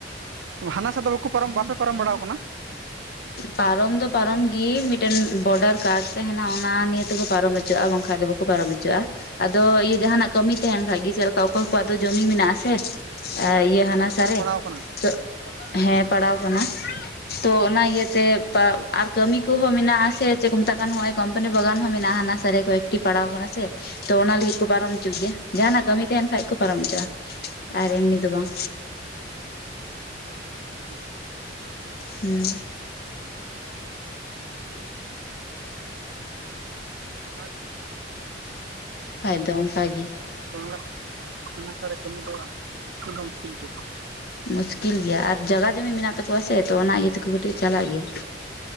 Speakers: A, on the right (about 80°); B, on the left (about 55°).
A: ᱦᱟᱱᱟ ᱥᱟ ᱫᱚ ᱵᱟᱠᱚ ᱯᱟᱨᱚᱢ ᱵᱟᱯᱮ ᱯᱟᱨᱚᱢ ᱵᱟᱲᱟ ᱟᱠᱟᱱᱟ?
B: ᱯᱟᱨᱚᱢ ᱫᱚ ᱯᱟᱨᱚᱢᱜᱤ ᱢᱤᱫᱴᱮᱱ ᱵᱚᱰᱟᱨ ᱠᱟᱨᱰ ᱛᱟᱦᱮᱱᱟ ᱚᱱᱟ ᱱᱤᱭᱟᱹ ᱛᱮᱠᱚ ᱯᱟᱨᱚᱢ ᱦᱚᱪᱚᱜᱼᱟ ᱵᱟᱝᱠᱟᱱ ᱫᱚ ᱵᱟᱠ ᱠᱚ ᱯᱟᱨᱚᱢ ᱦᱚᱪᱚᱜᱼᱟ᱾ ᱟᱫᱚ ᱤᱭᱟᱹ ᱡᱟᱦᱱᱟᱜ ᱠᱟᱹᱢᱤ ᱛᱟᱦᱮᱱ ᱠᱷᱟᱡ ᱜᱮ ᱪᱮᱫ ᱞᱮᱠᱟ ᱚᱠᱚᱭ ᱠᱚᱣᱟᱜ ᱫᱚ ᱢᱮᱱᱟᱜ-ᱟ ᱥᱮ᱾ ᱟ ᱤᱭᱟᱹ ᱦᱟᱱᱟ ᱥᱟᱨᱮ
A: ᱥᱟ ᱨᱮ ᱯᱟᱲᱟᱣ ᱠᱟᱱᱟ
B: ᱛᱚ ᱦᱮᱸ ᱯᱟᱲᱟᱣ ᱠᱟᱱᱟ ᱛᱚ ᱚᱱᱟ ᱤᱭᱟᱹᱛᱮ ᱟᱨ ᱠᱟᱹᱢᱤ ᱠᱚᱦᱚᱸ ᱢᱮᱱᱟᱜᱼᱟ ᱥᱮ, ᱪᱮᱫ ᱠᱚ ᱢᱮᱛᱟᱜ ᱠᱟᱱᱟ ᱦᱚᱸᱜ-ᱚᱭ ᱠᱢᱯᱟᱱᱤ ᱵᱟᱜᱟᱱ ᱦᱚᱸ ᱢᱮᱱᱟᱜᱼᱟ ᱦᱟᱱᱟ ᱥᱟᱨᱮ ᱠᱚᱭᱮᱠᱴᱤ ᱯᱟᱲᱟᱣ ᱠᱟᱱᱟ ᱥᱮ᱾ ᱛᱚ ᱚᱱᱟ ᱞᱟᱹᱜᱤᱫ ᱠᱚ ᱯᱟᱨᱚᱢ ᱦᱚᱪᱚᱜ ᱜᱮᱭᱟ ᱡᱟᱦᱟᱱᱟᱜ ᱠᱟᱹᱢᱤ ᱛᱟᱦᱮᱸᱱ ᱠᱷᱟᱡ ᱠᱚ ᱯᱟᱨᱚᱢ ᱦᱚᱪᱚ-ᱟ᱾ ᱟᱨ ᱮᱢᱱᱤ ᱫᱚ ᱵᱟᱝ᱾
A: <unintelligible>
B: ᱦᱩᱸ᱾
A: <unintelligible>
B: ᱠᱷᱟᱡ ᱫᱚ ᱚᱝᱠᱟ ᱜᱤ᱾
A: ᱵᱟᱝᱞᱟ ᱦᱟᱱᱟ ᱥᱟᱨᱮ ᱠᱟᱹᱢᱤ ᱫᱚ ᱢᱩᱥᱠᱤᱞ ᱦᱚᱸ ᱢᱩᱥᱠᱤᱞ ᱜᱮᱭᱟ᱾
B: ᱢᱩᱥᱠᱤᱞ ᱜᱮᱭᱟ ᱟᱨ ᱡᱟᱭᱜᱟ ᱡᱚᱢᱤ ᱢᱮᱱᱟᱜ ᱛᱟᱠᱚᱣᱟ ᱥᱮ ᱛᱚ ᱚᱱᱟ ᱤᱭᱟᱹ ᱛᱮᱠᱚ ᱠᱟᱹᱴᱤᱡ ᱪᱟᱞᱟᱜ ᱜᱮᱭᱟ᱾